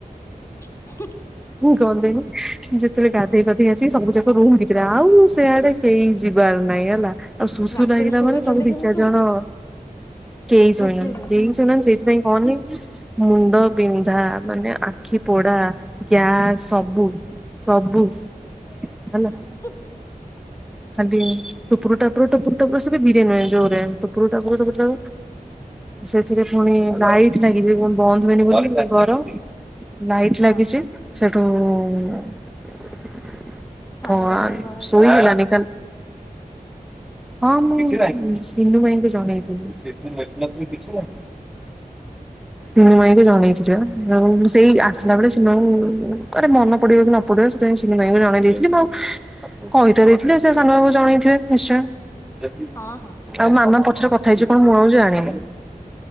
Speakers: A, on the left; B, in the centre.
A: <inaudible>
B: ଗଲେନି ଯେତେବେଳେ ଗାଧେଇ ପାଧେଇ ଆସିଛି ସବୁ ଯାକ ରୁମ ଭିତରେ ଆଉ ସେଆଡେ କେଇ ଯି ଯିବାର ନାହିଁ ହେଲା। ଆଉ ସୁଶୁ
A: ରାତିରେ
B: ଲାଗିଲା
A: ଶୋଇଛନ୍ତି
B: ମାନେ ସବୁ ଦି
A: କେମିତି
B: ଚାରି
A: ସବୁ
B: ଜଣ କେହି ଶୋଇନାହାନ୍ତି
A: ମିଶିକି
B: କେହି ଶୋଇନାହାନ୍ତି ସେଇଥିପାଇଁ କହନି ମୁଣ୍ଡ ବିନ୍ଧା ମାନେ ଆଖି ପୋଡା ଗ୍ୟାସ ସବୁ ସବୁ ହେଲା।
A: <inaudible>
B: ଖାଲି ଟୁପୁର ଟାପୁରୁ ଟୁପୁର ଟାପୁର ସେ ବି ଧୀରେ ନୁହେଁ ଜୋରେ ଟୁପୁର ଟାପୁରୁ ସେଥିରେ ପୁଣି ଲାଇଟ ଲାଗିଛି ବନ୍ଦ ହୁଏନି ବୋଲି ଗରମ୍ ଲାଇଟ୍
A: ହଁ
B: ଲାଗିଛି ସେ। <unintelligible>
A: ସାନ
B: ଭଗବାନ
A: ବାବାଙ୍କୁ ଜଣେଇଥିଲୁ
B: ଶୋଇ ହେଲାନି। ହଁ ମୁଁ ସିଲୁ ଭାଇଙ୍କୁ ଜଣେଇଥିଲି। <unintelligible>
A: ହଁ ହଁ
B: ମୁଁ ଏମିତି ଜଣେଇଥିଲି ପା ଆଉ ସେଇ ଆସିଲା ବେଳେ ସେମାଙ୍କୁ ମନେ ପଡିବ କି ନ ପଡିବ ସେଥିପାଇଁ ସିଲୁ ଭାଇ କୁ ଜଣେଇ ଦେଇଥିଲି ମୁଁ ଆଉ କହି ଥିଲେ ସେ ସାନ ବାବୁ ଜଣେଇଥିବେ ନିଶ୍ଚୟ।
A: ହଁ ହଁ
B: ଆଉ ମାମା ପଛରେ କଥା। ଖାଇଛୁ କଣ ମୁ ଆଉ ଆଣିନି